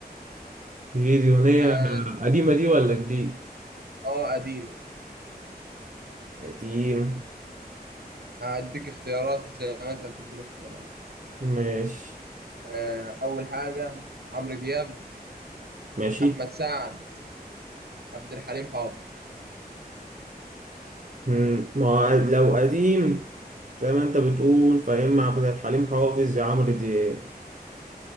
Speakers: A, on the right; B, on the right.
A: غير
B: عد-
A: قديمة دي ولا جديد
B: اه قديمة
A: قديم
B: هديك اختيارات زي ما انت بتديني اختيارات
A: ماشي
B: آه، أول حاجة عمرو دياب
A: ماشي
B: أحمد سعد عبد الحليم حافظ
A: مم، ما هو لو قديم زي ما انت بتقول فيا اما عبد الحليم حافظ يا عمرو دياب